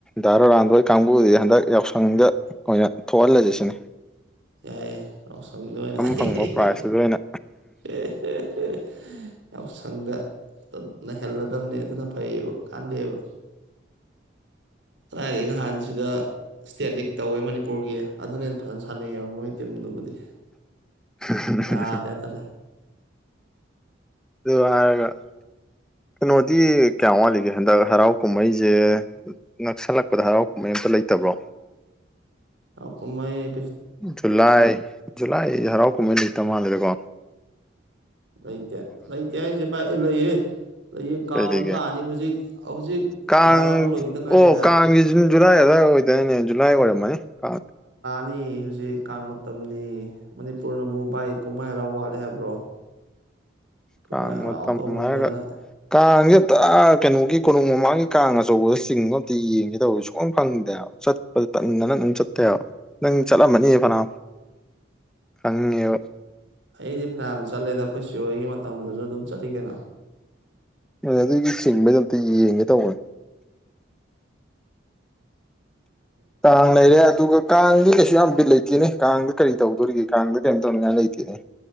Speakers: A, in the centre; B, on the right.
A: ꯗꯥ ꯔꯣꯅꯥꯜꯗꯣꯍꯣꯏ ꯀꯥꯡꯕꯨꯗꯨꯗꯤ ꯍꯟꯗꯛ ꯌꯥꯎꯁꯪꯗ ꯑꯣꯏꯅ ꯊꯣꯛꯍꯜꯂꯁꯤ ꯁꯤꯅꯦ
B: ꯌꯥꯌꯦ ꯌꯥꯎꯁꯪꯗ ꯑꯣꯏꯅ ꯑꯍꯦ
A: ꯐꯪꯕ
B: ꯍꯦ
A: ꯄ꯭ꯔꯥꯏꯖꯇꯨꯗ
B: ꯍꯦ
A: ꯑꯣꯏꯅ
B: ꯍꯦ ꯍꯦ ꯍꯦ ꯍꯦ ꯌꯥꯎꯁꯪꯗ ꯅꯩꯍꯦꯜꯂꯗꯕꯅꯦ ꯑꯗꯨꯅ ꯐꯩꯌꯦꯕ ꯀꯥꯟꯗꯦꯕ ꯀꯗꯥꯏꯗꯩ ꯅꯍꯥꯟ ꯁꯤꯗ ꯏꯁꯇꯦꯠ ꯂꯤꯛ ꯇꯧꯋꯦ ꯃꯅꯤꯄꯨꯔꯒꯤ ꯑꯗꯨꯅ ꯍꯦꯟꯅ ꯐꯖꯅ ꯁꯥꯟꯅꯩꯌꯦꯕ ꯃꯣꯏ ꯇꯤꯝꯗꯨꯕꯨꯗꯤ
A: ꯍꯨ ꯍꯨ
B: ꯌꯥꯗꯦ
A: ꯍꯨ ꯍꯨꯝ
B: ꯍꯥꯏꯇꯥꯔꯦ
A: ꯑꯗꯨ ꯍꯥꯏꯔꯒ ꯀꯩꯅꯣꯗꯤ ꯀꯌꯥꯝ ꯋꯥꯠꯂꯤꯒꯦ ꯍꯟꯗꯛ ꯍꯔꯥꯎ ꯀꯨꯝꯍꯩꯖꯦ ꯅꯛꯁꯜꯂꯛꯄꯗ ꯍꯔꯥꯎ ꯀꯨꯝꯍꯩ ꯑꯝꯇ ꯂꯩꯇꯕ꯭ꯔꯣ
B: ꯔꯥꯎ ꯀꯨꯝꯃꯩ
A: ꯖꯨꯂꯥꯏ ꯖꯨꯂꯥꯏꯗꯗꯤ ꯍꯔꯥꯎ ꯀꯨꯝꯍꯩ ꯂꯩꯇ ꯃꯥꯜꯂꯤꯗꯀꯣ
B: ꯂꯩꯇꯦ ꯂꯩꯇꯦ ꯍꯥꯏꯖꯦ ꯕꯥꯏ ꯂꯩꯍꯦ ꯂꯩꯌꯦ ꯀꯥꯡ
A: ꯀꯩ ꯂꯩꯒꯦ
B: ꯑꯃꯨꯛ ꯂꯥꯛꯑꯅꯤ ꯍꯧꯖꯤꯛ ꯍꯧꯖꯤꯛ
A: ꯀꯥꯡ
B: ꯂꯥꯏ ꯍꯔꯥꯎꯕ ꯂꯣꯏꯈꯤꯗ ꯉꯥꯏꯔꯤꯅ
A: ꯑꯣ ꯀꯥꯡꯒꯤ ꯖꯨꯂꯥꯏ ꯑꯗꯋꯥꯏ ꯑꯣꯏꯗꯣꯏꯅꯦ ꯖꯨꯂꯥꯏ ꯑꯣꯏꯔꯝꯃꯅꯤ ꯀꯥꯡ
B: ꯅꯤ ꯍꯧꯖꯤꯛ ꯀꯥꯡ ꯃꯇꯝꯅꯤ ꯃꯅꯤꯄꯨꯔꯅꯕꯨ ꯕꯥꯏ ꯀꯨꯝꯍꯩ ꯍꯥꯏꯔꯥꯎ ꯋꯥꯠꯂꯦ ꯍꯥꯏꯕ꯭ꯔꯣ ꯀꯨꯝꯍꯩ
A: ꯀꯥꯡ
B: ꯍꯔꯥꯎ
A: ꯃꯇꯝ
B: ꯇꯧꯃꯟꯗꯅ
A: ꯍꯥꯏꯒ ꯀꯥꯡꯁꯦ ꯇꯑꯥ ꯀꯩꯅꯣꯒꯤ ꯀꯣꯅꯨꯡ ꯃꯃꯥꯡꯒꯤ ꯀꯥꯡ ꯑꯆꯧꯕꯗ ꯆꯤꯡꯕ ꯑꯝꯇ ꯌꯦꯡꯒꯦ ꯇꯧꯕꯁꯦ ꯁꯨꯛꯐꯪ ꯐꯪꯗꯦ ꯍꯥꯏꯕ ꯆꯠꯄ ꯇꯟꯗꯅ ꯑꯗꯨꯝ ꯆꯠꯇꯦꯕ ꯅꯪ ꯆꯠꯂꯝꯃꯅꯤ ꯐꯅꯥꯝ ꯈꯪꯉꯦꯕ
B: ꯑꯩꯗꯤ ꯐꯅꯌꯥꯝ ꯆꯠꯂꯦꯗ ꯑꯩꯈꯣꯏ ꯆꯦꯍꯣꯏꯒꯤ ꯃꯇꯝꯗꯁꯨ ꯑꯗꯨꯝ ꯆꯠꯂꯤ ꯀꯩꯅꯣ
A: ꯑꯗꯨ ꯑꯗꯨꯒꯤ ꯆꯤꯡꯕꯩꯗ ꯑꯝꯇ ꯌꯦꯡꯉꯦ ꯇꯧꯕꯅꯦ ꯀꯥꯡ ꯂꯩꯔꯦ ꯑꯗꯨꯒ ꯀꯥꯡꯗꯤ ꯀꯩꯁꯨ ꯌꯥꯝ ꯕꯤꯠ ꯂꯩꯇꯦꯅꯦ ꯀꯥꯡꯗ ꯀꯔꯤ ꯇꯧꯗꯣꯔꯤꯒꯦ ꯀꯥꯡꯗ ꯀꯔꯤꯝ ꯇꯧꯅꯤꯡꯉꯥꯏ ꯂꯩꯇꯦꯅꯦ